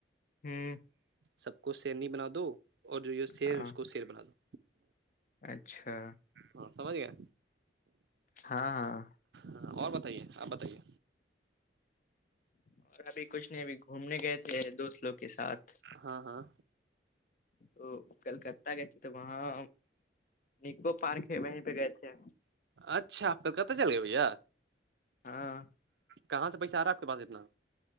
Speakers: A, on the left; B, on the right.
A: ہاں
B: سب کو شیرنی بنا دو اور جو یہ سیر
A: ہاں
B: ہے اس کو شیر بنا دو
A: اچھا
B: ہاں سمج کیا
A: ہاں ہاں
B: ہاں اور بتائیے آپ بتائیے
A: اور ابھی کچھ نہیں ابھی گھومنے گئے تھے دوست لوگ کے ساتھ
B: ہاں ہاں
A: تو کلکتہ گئے تھ تو وہاں نکو پارک ہے وہیں پہ گئے تھے
B: اچھا کلکت چل گئے بھیا
A: ہاں
B: کہاں سے پیسہ آ رہا آپ کے پس اتنا